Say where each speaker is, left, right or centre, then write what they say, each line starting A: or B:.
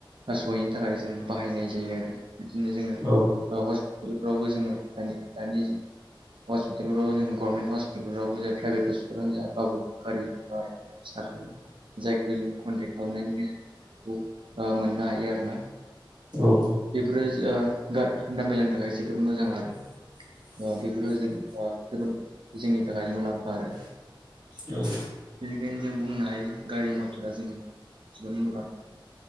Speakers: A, on the right; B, on the right.
A: हास'हैनो थाखाय जों बाहायनाय जायो आरो बिदिनो जोङो
B: औ
A: ओ हस <unintelligible> फ्रावबो जोङो दानि दानि हस्पिटालावबो जों गभर्नमेन्ट हस्पिटालावबो जे प्राइभेट हस्पिटालावनो जा गावबागाव गारि ओ <unintelligible> जायखौ जों कन्टेक्ट खालामनायनि गेजेरजों औ आ मोननो हायो आरो ना
B: औ
A: बेफोरो ओ <unintelligible> थाखाय जोबोद मोजां आरो ओ बेफोरो जों ओ जोबोद जोंनि थाखाय मुलाम्फा आरो।
B: औ
A: बिनिखायनो जों बुंनो हायो गारि मथरा जों जोबोद मुलाम्फा